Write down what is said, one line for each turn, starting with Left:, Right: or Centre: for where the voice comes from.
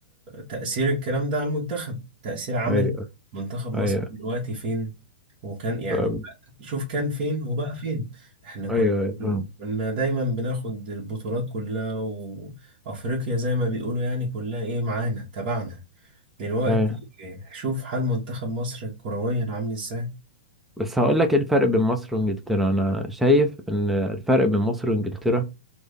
Right: تاثير الكلام ده على المنتخب تاثير عملي
Centre: أيوه
Right: منتخب مصر
Centre: أيوه
Right: دلوقتي فين وكان يعني
Centre: طب-
Right: بقى- شوف كان فين وبقى فين احنا كنا
Centre: أيوه أيوه فاهم.
Right: كنا دايما بناخد البطولات كلها وافريقيا زي ما بيقولوا يعني كلها ايه معانا تبعنا دلوقتي
Centre: أيوه
Right: شوف حال منتخب مصر كرويا عامل ازاي
Centre: بس هقول لك ايه الفرق بين مصر وانجلترا انا شايف ان الفرق بين مصر وانجلترا